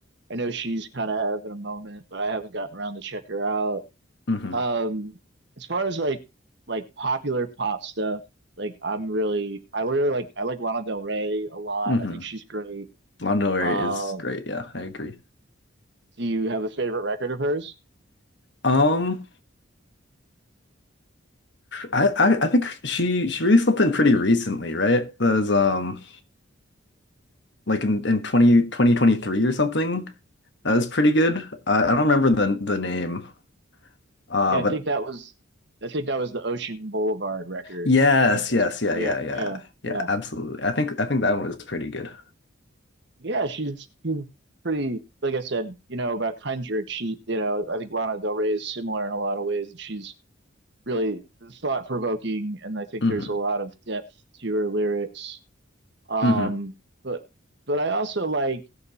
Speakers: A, on the right; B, on the left.
A: I know she's kind of having a moment, but I haven't gotten around to check her out.
B: Mm-hmm.
A: Um, as far as like like popular pop stuff, like I'm really I really like I like Lana Del Rey a lot.
B: Mm-hmm.
A: I think she's great.
B: Lana Del Rey
A: Um,
B: is great. Yeah, I agree.
A: do you have a favorite record of hers?
B: Um, I, I I think she she released something pretty recently, right? That was um like in in 20 2023 or something. That was pretty good. I, I don't remember the the name, uh,
A: Yeah, I
B: but
A: think that was I think that was the Ocean Boulevard record.
B: Yes,
A: I think that's
B: yes, yeah,
A: yeah,
B: yeah, yeah.
A: yeah,
B: Yeah,
A: yeah.
B: absolutely. I think I think that one was pretty good.
A: Yeah, she's she's pretty like I said, you know, about Kindred, she you know, I think Lana Del Rey is similar in a lot of ways and she's really thought provoking and I think
B: hmm
A: there's a lot of depth to her lyrics. Um
B: hmm
A: but but I also like